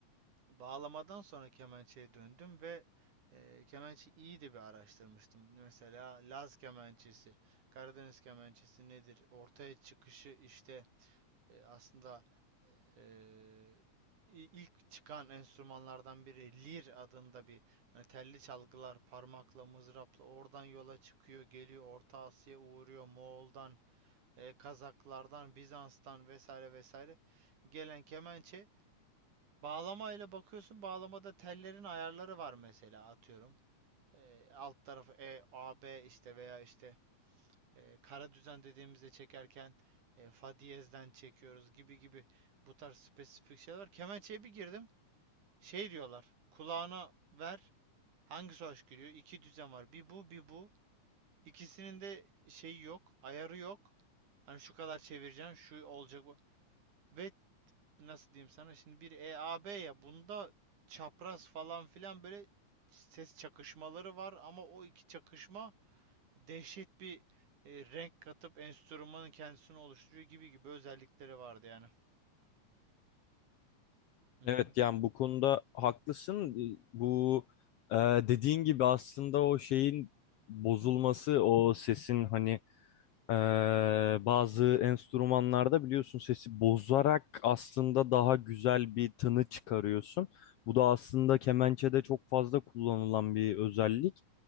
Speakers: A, on the right; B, on the left.
A: Bağlamadan sonra kemençeye döndüm ve e, kemençe iyi de bir araştırmıştım. Mesela Laz kemençesi, Karadeniz kemençesi nedir? Ortaya çıkışı işte e, aslında e, ilk çıkan enstrümanlardan biri lir adında bir hani telli çalgılar parmakla mızrapla oradan yola çıkıyor geliyor Orta Asya'ya uğruyor Moğol'dan e, Kazaklardan Bizans'tan vesaire vesaire gelen kemençe Bağlamayla bakıyorsun. Bağlamada tellerin ayarları var mesela atıyorum. Ee, alt tarafı E, A, B işte veya işte e, kara düzen dediğimizde çekerken e, fa diyezden çekiyoruz gibi gibi bu tarz spesifik şeyler var. Kemençeye bir girdim. Şey diyorlar. Kulağına ver. Hangisi hoş geliyor? İki düzen var. Bir bu, bir bu. İkisinin de şeyi yok. Ayarı yok. Hani şu kadar çevireceksin, şu olacak bu. Ve nasıl diyeyim sana şimdi bir EAB ya bunda çapraz falan filan böyle ses çakışmaları var ama o iki çakışma dehşet bir e, renk katıp enstrümanın kendisini oluşturuyor gibi gibi özellikleri vardı yani. Hı hı,
B: Evet yani bu konuda haklısın. E, Bu e, dediğin gibi aslında o şeyin bozulması, o sesin hani e, bazı enstrümanlarda biliyorsun sesi bozarak aslında daha güzel bir tını çıkarıyorsun. Bu da aslında kemençede çok fazla kullanılan bir özellik.